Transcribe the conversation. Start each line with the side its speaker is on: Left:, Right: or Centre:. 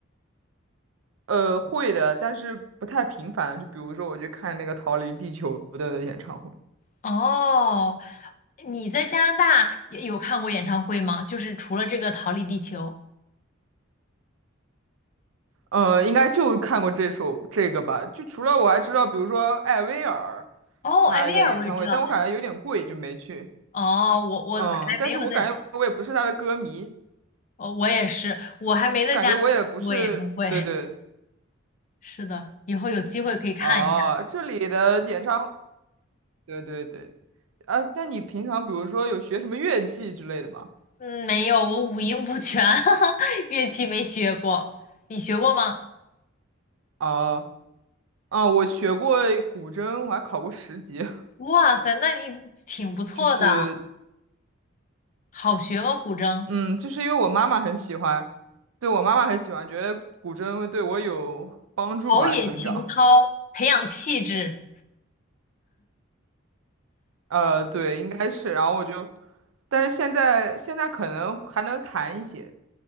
Right: 呃，会的，但是不太频繁。就比如说，我去看那个《逃离地球》的演唱会，
Left: 哦，你在加拿大也有看过演唱会吗？就是除了这个《逃离地球》。
Right: 呃，应该就看过这首这个吧。就除了我还知道，比如说艾薇儿
Left: 哦，
Right: 他的演唱会，
Left: 艾薇儿我也知道。
Right: 但我感觉有点贵，就没去。
Left: 哦，我我还没有在，
Right: 嗯，但是我感觉我也不是他的歌迷，
Left: 哦，我也是，我还没在加拿大看过演唱会。
Right: 我感觉我也不是，对对。
Left: <laughs> 是的，以后有机会可以看一下。
Right: 哦，这里的演唱，对对对，啊，那你平常比如说有学什么乐器之类的吗？
Left: 嗯，没有，我五音不全，<laughs> 乐器没学过。你学过吗？
Right: 啊啊，我学过古筝，我还考过十级，
Left: 哇塞，那你挺不错的。
Right: <laughs> 就是
Left: 好学吗？古筝，
Right: 嗯，就是因为我妈妈很喜欢，对我妈妈很喜欢，觉得古筝会对我有帮助吧，
Left: 陶冶情操，
Right: 成长。
Left: 培养气质。
Right: 呃，对，应该是，然后我就，但是现在现在可能还能弹一些，